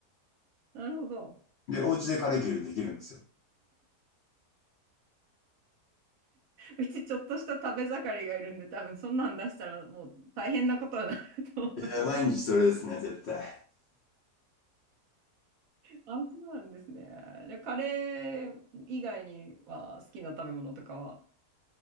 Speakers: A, on the right; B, on the left.
A: なるほど。
B: ー。で、お家でカレー牛できるんですよ。
A: うちちょっとした食べ盛りがいるんで、多分そんなん出したらもう大変なことになると思います。
B: いや、毎日それですね、絶対。
A: あ、そうなんですね。で、カレー以外には好きな食べ物とかは。